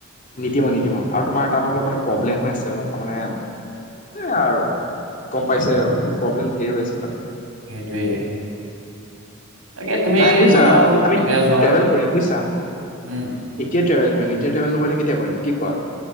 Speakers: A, on the left; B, on the right.
A: নিদিব নিদিব আৰু তোমাৰ তাত অলপ মানে প্ৰব্লেম হৈ আছে অলপ মানে সেই আৰু। গম পাইছে আৰু প্ৰব্লেম হেৰুৱাইছে তাক।
B: সেইটোৱে। তাকে তুমি
A: নাই বুজিছা
B: জনাবা মোক
A: আমি
B: কেতিয়া যোৱা
A: ট্ৰেভেল কৰিম বুজিছা
B: উম,
A: এতিয়া ট্ৰেভেল কৰিম এতিয়া ট্ৰেভেল নকৰিলে কেতিয়া কৰিম কি কোৱা?